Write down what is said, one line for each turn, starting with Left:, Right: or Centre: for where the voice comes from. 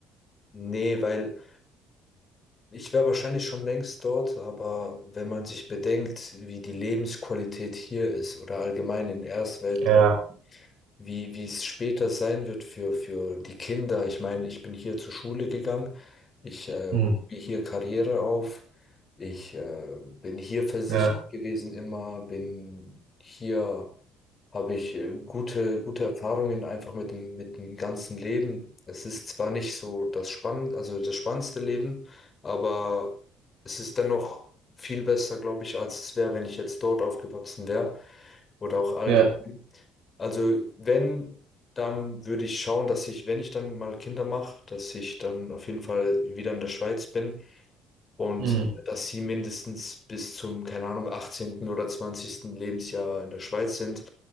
Left: nee, weil ich wäre wahrscheinlich schon längst dort, aber wenn man sich bedenkt, wie die Lebensqualität hier ist oder allgemein in Erstweltländern,
Right: Ja.
Left: wie, wie es später sein wird für, für die Kinder. Ich meine, ich bin hier zur Schule gegangen, ich äh,
Right: Mhm.
Left: baue hier Karriere auf, ich äh, bin hier versichert
Right: Ja.
Left: gewesen immer, bin hier habe ich äh, gute, gute Erfahrungen einfach mit dem, mit dem ganzen Leben. Es ist zwar nicht so das spannend, also das spannendste Leben, aber es ist dennoch viel besser, glaube ich, als es wäre, wenn ich jetzt dort aufgewachsen wäre oder auch allgemein.
Right: Ja.
Left: Also wenn, dann würde ich schauen, dass ich, wenn ich dann mal Kinder mache, dass ich dann auf jeden Fall wieder in der Schweiz bin und
Right: Mhm.
Left: dass sie mindestens bis zum, keine Ahnung, 18. oder 20. Lebensjahr in der Schweiz sind,